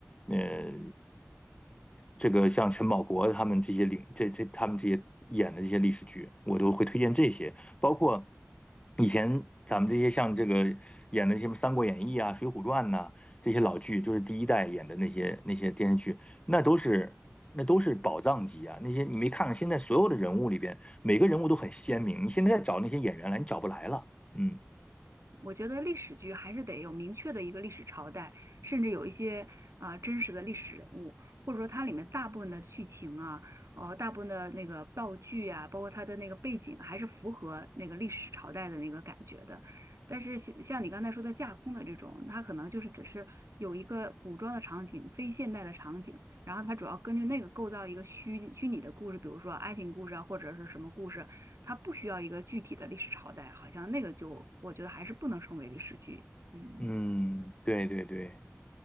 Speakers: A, on the left; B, on the right.
A: 呃，这个像陈宝国他们这些领这这他们这些演的这些历史剧，我都会推荐这些。包括以前咱们这些像这个演的什么《三国演义》啊、《水浒传》呐、这些老剧，就是第一代演的那些那些电视剧，那都是那都是宝藏级啊！那些你没看看，现在所有的人物里边，每个人物都很鲜明，你现在找那些演员来，你找不来了。嗯
B: 我觉得历史剧还是得有明确的一个历史朝代，甚至有一些啊呃真实的历史人物，或者说它里面大部分的剧情啊，呃，大部分的那个道具啊，包括它的那个背景，还是符合那个历史朝代的那个感觉的。但是像像你刚才说的架空的这种，它可能就是只是有一个古装的场景，非现代的场景。然后它主要根据那个构造一个虚虚拟的故事，比如说爱情故事啊，或者是什么故事，它不需要一个具体的历史朝代，好像那个就我觉得还是不能称为历史剧。嗯。
A: 嗯，对对对。